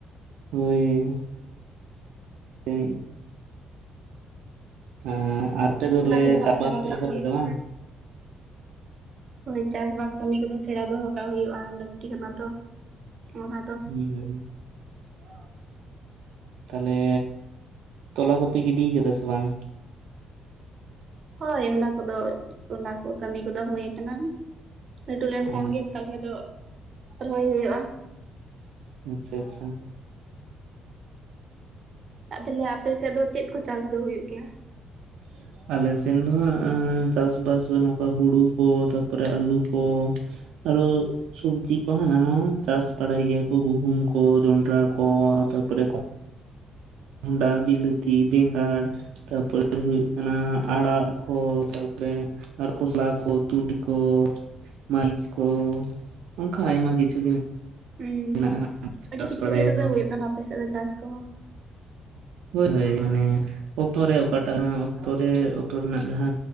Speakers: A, on the right; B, on the right.
A: ᱦᱳᱭ <unintelligible> ᱮᱸ ᱟᱨ ᱛᱮᱫ ᱫᱚᱞᱮ
B: ᱚᱱᱟ ᱠᱚᱫᱚ
A: ᱪᱟ
B: ᱦᱟᱸᱜ ᱥᱮᱬᱟ
A: ᱵᱟᱥ ᱯᱮ
B: ᱠᱟᱜ
A: ᱮᱦᱚᱵ
B: ᱢᱮ
A: ᱠᱮᱫᱟ ᱵᱟᱝ
B: ᱦᱳᱭ ᱪᱟᱥ ᱵᱟᱥ ᱠᱟᱹᱢᱤ ᱠᱚᱫᱚ ᱥᱮᱬᱟ ᱫᱚᱦᱚ ᱠᱟᱜ ᱦᱳᱭᱳᱜᱼᱟ ᱞᱟᱹᱠᱛᱤ ᱠᱟᱱᱟ ᱛᱚ ᱚᱱᱟ ᱫᱚ
A: <unintelligible> ᱛᱟᱦᱞᱮ ᱛᱚᱞᱟ ᱠᱚ ᱯᱮ ᱜᱤᱰᱤ ᱠᱟᱫᱟ ᱥᱮ ᱵᱟᱝ
B: ᱦᱳᱭ ᱚᱱᱟ ᱠᱚᱫᱚ ᱚᱱᱟ ᱠᱚ ᱠᱟᱹᱢᱤ ᱠᱚᱫᱚ ᱦᱳᱭ ᱟᱠᱟᱱᱟ᱾ ᱟᱹᱰᱤ ᱜᱟᱱ
A: ᱚ
B: ᱛᱟᱞᱦᱮ ᱫᱚ ᱨᱚᱦᱚᱭ ᱦᱳᱭᱳᱜᱼᱟ᱾
A: ᱟᱪᱪᱷᱟ ᱟᱪᱪᱷᱟ
B: ᱛᱟᱦᱞᱮ ᱟᱯᱮ ᱥᱮᱫ ᱫᱚ ᱪᱮᱫ ᱠᱚ ᱪᱟᱥ ᱫᱚ ᱦᱳᱭᱳᱜ ᱜᱮᱭᱟ?
A: <inaudible> ᱟᱞᱮ ᱥᱮᱫ ᱫᱚ ᱦᱟᱸᱜ ᱪᱟᱥ ᱵᱟᱥ ᱱᱚᱝᱠᱟ ᱦᱩᱲᱩ ᱠᱚ, ᱛᱟᱯᱚᱨᱮ ᱟᱹᱞᱩ ᱠᱚ᱾ ᱟᱨ‌‌ ᱚ ᱥᱚᱵᱽᱡᱤ ᱠᱚ ᱦᱟᱱᱟ ᱱᱟᱣᱟ ᱪᱟᱥ ᱵᱟᱲᱟᱭ ᱜᱮᱭᱟ ᱠᱚ ᱜᱩᱦᱩᱢ ᱠᱚ ᱡᱚᱸᱱᱰᱨᱟ ᱠᱚ ᱛᱟᱯᱚ ᱨᱮ ᱵᱷᱚᱲᱟ, ᱵᱤᱞᱟᱹᱛᱤ, ᱵᱮᱸᱜᱟᱲ ᱛᱟᱯᱚᱨᱮ ᱦᱩᱭᱩᱜ ᱠᱟᱱᱟ ᱟᱲᱟᱜ ᱠᱚ ᱛᱟᱯᱚᱨᱮ ᱟᱨ ᱠᱷᱚᱥᱞᱟ ᱠᱚ, ᱛᱩᱲᱤ ᱠᱚ, ᱢᱟᱹᱨᱤᱪ ᱠᱚ ᱚᱱᱟ ᱠᱚ ᱟᱭᱢᱟ ᱠᱤᱪᱷᱩ
B: ᱦᱮᱸ
A: ᱢᱮᱱᱟᱜᱼᱟ
B: ᱟᱹᱰᱤ
A: ᱪᱟᱥ
B: ᱠᱤᱪᱷᱩ
A: ᱵᱟᱲᱟᱭᱟᱠᱚ
B: ᱜᱮ ᱛᱚᱵᱮ ᱦᱳᱭᱳᱜ ᱠᱟᱱᱟ ᱟᱯᱮ ᱥᱮᱫ ᱫᱚ ᱪᱟᱥ ᱠᱚᱦᱚᱸ
A: ᱦᱳᱭ ᱦᱳᱭ
B: ᱛᱟᱦᱚᱞᱮ
A: ᱢᱟᱱᱮ ᱚᱠᱛᱚ ᱨᱮ ᱚᱠᱟ ᱴᱟᱜ ᱚᱠᱛᱚ ᱨᱮ ᱚᱠᱛᱚ ᱨᱮᱱᱟᱜ ᱡᱟᱦᱟ